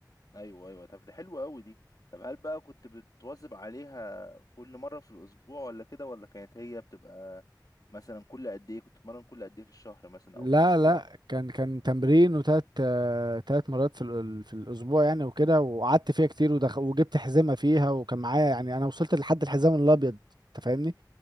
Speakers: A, on the left; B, on the right.
A: ايوه ايوه طب ده حلو قوي دي طب هل بقى كنت بتواظب عليها كل مره في الاسبوع ولا كده ولا كانت هي بتبقى مثلا كل قد ايه كنت تتمرن كل قد ايه في الشهر مثلا
B: لا
A: او في الاسبوع
B: لا كان كان تمرين وتلات آه، تلات مرات في ال- في الاسبوع يعني وكده وقعدت فيها كتير ودخ... وجبت حزمه فيها وكان معايا يعني انا وصلت لحد الحزام الابيض انت فاهمني